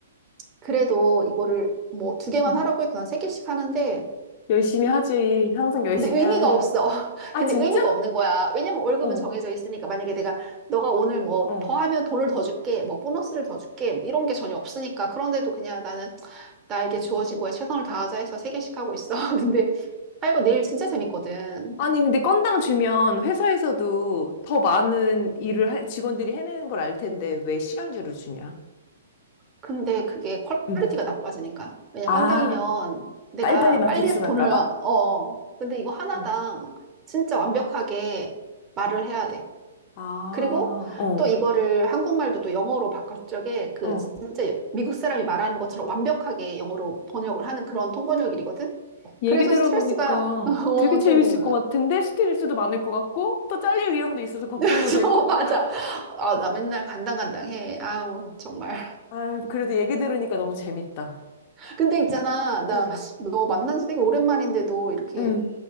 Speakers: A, on the right; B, on the left.
A: 그래도 이거를 뭐 두 개만
B: 응.
A: 하라고 해도 난 세 개씩 하는데,
B: 열심히 하지. 항상 열심히
A: 근데 의미가
B: 하는.
A: 없어. <laughs>
B: 아,
A: 근데
B: 진짜?
A: 의미가 없는 거야. 왜냐면 월급은
B: 어,
A: 정해져 있으니까. 만약에 내가, 너가 오늘 뭐
B: 어.
A: 더 하면 돈을 더 줄게, 뭐 보너스를 더 줄게, 뭐 이런 게 전혀 없으니까. 그런데도 그냥 나는 나에게 주어진
B: 어.
A: 거에 최선을 다하자 해서 세 개씩 하고 있어. <laughs> 근데, 아, 이거 내일 진짜 재밌거든.
B: 아니, 근데 건당 주면 회사에서도 더 많은 일을 할- 직원들이 해내는 걸 알 텐데 왜 시간제로 주냐?
A: 근데 그게
B: 응,
A: 퀄리티가 나빠지니까. 왜냐,
B: 아,
A: 건당이면 내가
B: 빨리빨리 막
A: 빨리
B: 대충
A: 해서 돈을,
B: 할까 봐?
A: 어. 어. 근데 이거 하나당
B: 어,
A: 진짜 완벽하게 말을 해야 돼.
B: 아,
A: 그리고
B: 어.
A: 또 이거를 한국말도 또 영어로 바꿀 적에 그
B: 어.
A: 진짜 미국 사람이 말하는 것처럼 완벽하게 영어로 번역을 하는 그런 통번역일이거든?
B: 얘기
A: 그래서
B: 들어보니까
A: 스트레스가, <laughs> 어,
B: 되게 재밌을
A: 좀,
B: 것 같은데 스트레스도 많을 것 같고 또 잘릴 위험도 있어서
A: <laughs>
B: 걱정도
A: 그래서
B: 되고.
A: 맞아. 아, 나 맨날 간당간당해. 아우, 정말.
B: 아, 그래도 얘기 들으니까 너무 재밌다.
A: 근데 있잖아. 나
B: 응,
A: 너 만난 지 되게 오랜만인데도 이렇게
B: 응.